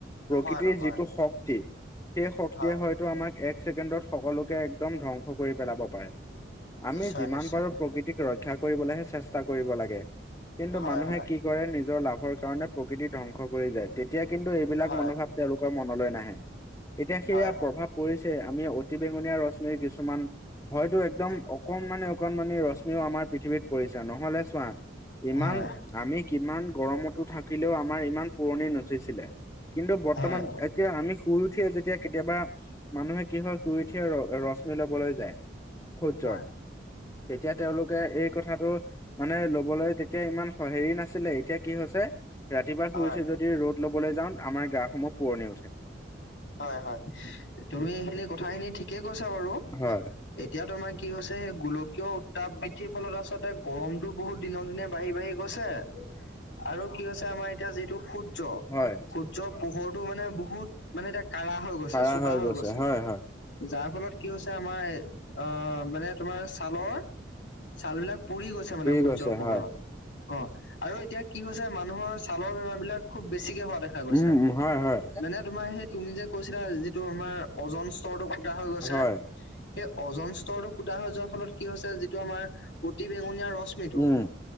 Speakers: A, on the left (about 80°); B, on the left (about 15°).
A: নহয়
B: প্ৰকৃতিৰ
A: নহয়
B: যিটো শক্ত সেই শক্তিয়ে
A: হয়
B: হয়তো আমাক এক ছেকেণ্ডত সকলোকে একদম ধ্বংস কৰি পেলাব পাৰে।
A: নিশ্চয়
B: আমি যিমান
A: নিশ্চয়
B: পাৰো প্ৰকৃতিক ৰক্ষা কৰিবলৈহে চেষ্টা কৰিব লাগে কিন্তু
A: হয়
B: মানুহে
A: হয়
B: কি কৰে নিজৰ লাভৰ কাৰণে প্ৰকৃতি ধ্বংস কৰি যায় তেতিয়া কিন্তু এইবিলাক
A: হয়
B: মনোভাৱ তেওঁলোকৰ মনলৈ নাহে। এতিয়া সেয়া
A: হয় হয়
B: প্ৰভাৱ পৰিছে আমি অতি বেঙুনীয়া ৰশ্মিৰ কিছুমান হয়তো একদম
A: উম
B: অকণমানে অকণমানি ৰশ্মিও আমাৰ পৃথিৱীত পৰিছে নহলে চোৱা ইমান
A: হয়
B: আমি কিমান গৰমতো থাকিলেও আমাৰ ইমান পুৰণি নঠিছিলে। কিন্তু বৰ্তমান
A: হয়
B: এতিয়া আমি শুই উঠিয়ে যেতিয়া কেতিয়াবা মানুহে কি হয় শুই উঠিয়ে ৰ ৰশ্মি ল'বলৈ যায়। সূৰ্যৰ
A: হয় হয়
B: তেতিয়া তেওঁলোকে এই কথাটো মানে লবলৈ তেতিয়া ইমান হেৰি নাছিলে এতিয়া কি হৈছে ৰাতিপুৱা
A: হয়
B: শুই উঠি যদি ৰ'দ ল'বলৈ যাওঁ আমাৰ গা সমূহ পুৰণি উঠে।
A: হয় হয় তুমি এইখিনি কথাখিনি ঠিকে কৈছা বাৰু।
B: হয়
A: এতিয়া তোমাৰ কি হৈছে সেই গোলকীয় উত্তাপ বৃদ্ধিৰ ফলত আচলতে গৰম তটো বহুত দিনক দিনে বাঢ়ি বাঢ়ি গৈছে। আৰু কি হৈছে আমাৰ এতিয়া যিটো সূৰ্য্য
B: হয়।
A: সূৰ্য্য পোহৰটো মানে বহুত মানে এতিয়া কাড়া হৈ গৈছে
B: কাৰা
A: চোকা হৈ গৈছে
B: হয় হয়।
A: যাৰ ফলত কি হৈছে আমাৰ অহ মানে তোমাৰ ছালৰ ছাল বিলাক পুৰি গৈছে মানে সূৰ্য্যৰ
B: গৈছে
A: পোহৰত।
B: হয়
A: অহ আৰু এতিয়া কি হৈছে মানুহৰ ছালৰ বেমাৰ বিলাক খুব বেছিকে হোৱা দেখা গৈছে
B: উম হয় হয়।
A: মানে তোমাৰ সেই তুমি যে কৈছিলা যিটো আমাৰ অজন স্তৰটো ফুটা হৈ গৈছে।
B: হয়
A: সেই অজন স্তৰটো ফুটা হৈ যোৱাৰ ফলত কি হৈছে যিটো আমাৰ অতি বেঙুনীয়া ৰশ্মিটো
B: উম